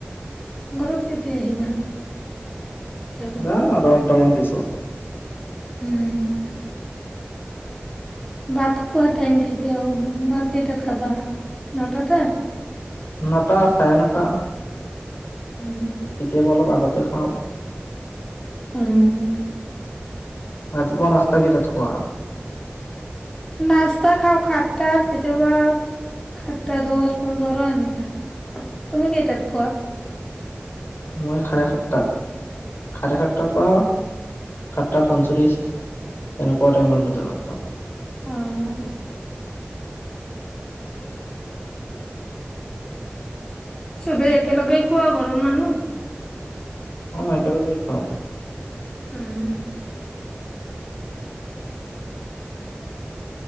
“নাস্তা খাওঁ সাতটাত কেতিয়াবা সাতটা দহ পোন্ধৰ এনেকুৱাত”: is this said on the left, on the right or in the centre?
Left